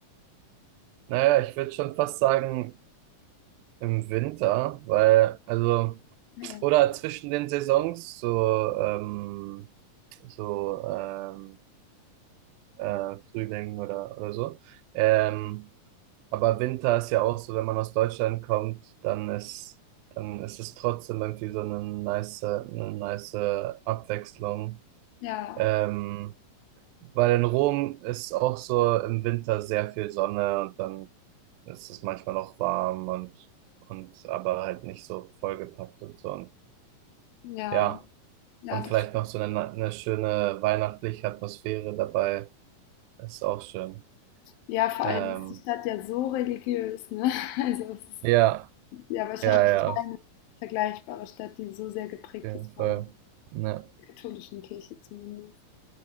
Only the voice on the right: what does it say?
naja, ich würde schon fast sagen im Winter, weil, also,
oder zwischen den Saisons, so, ähm, so, ähm, äh, Frühling oder, oder so. Ähm, aber Winter ist ja auch so, wenn man aus Deutschland kommt, dann ist, dann ist es trotzdem irgendwie so eine nice, eine nice Abwechslung.
Ähm, Weil in Rom ist auch so im Winter sehr viel Sonne und dann ist es manchmal noch warm und, und aber halt nicht so vollgepackt und so. Und
ja,
und
vielleicht noch so eine, na- eine schöne weihnachtliche Atmosphäre dabei. Ist auch schön.
Ähm,
ja,
ja, ja, auf
jeden
Fall. Ja,